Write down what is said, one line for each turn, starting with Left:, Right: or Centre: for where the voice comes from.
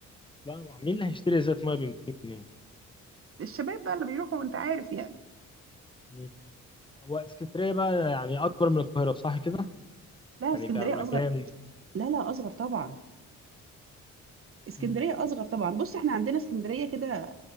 Left: لا ما- مين اللي هيشتري ازازه ميه ب 200 جنيه
Right: الشباب بقى اللي بيروحوا انت عارف يعني
Left: مم. هو اسكندريه بقى يعني اكبر من القاهره صح كده
Right: لا
Left: يعني
Right: اسكندريه
Left: كمكان
Right: اصغر لا لا اصغر طبعا اسكندريه
Left: مم.
Right: اصغر طبعا بص احنا عندنا اسكندريه كده